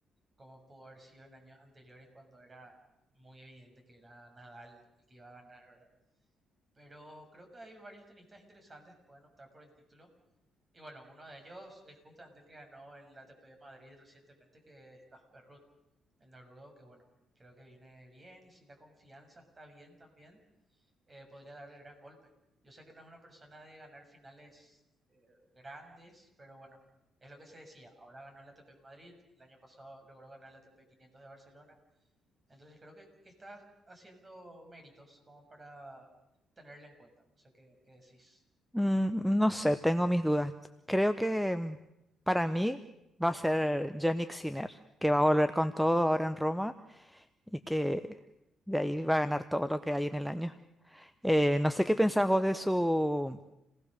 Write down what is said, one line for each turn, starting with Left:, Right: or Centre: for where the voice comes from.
Right: como pudo haber sido en años anteriores cuando era muy evidente que era Nadal el que iba a ganar, ¿verdad? Pero creo que hay varios tenistas interesantes que pueden optar por el título. Y bueno, uno de ellos es justamente el que ganó el ATP de Madrid recientemente, que es Casper Ruud, el noruego, que bueno, creo que viene bien y si la confianza está bien también eh, podría darle el gran golpe. Yo sé que no es una persona de ganar finales eh, grandes, pero bueno, es lo que se decía. Ahora ganó el ATP Madrid, el año pasado logró ganar el ATP 500 de Barcelona. Entonces creo que, que está haciendo méritos como para tenerle en cuenta. No sé qué, qué decís.
Centre: Mm, no sé, tengo mis dudas. Creo que mm, para mí va a ser Jannik Sinner, que va a volver con todo ahora en Roma y que de ahí va a ganar todo lo que hay en el año. Eh, no sé qué pensás vos de su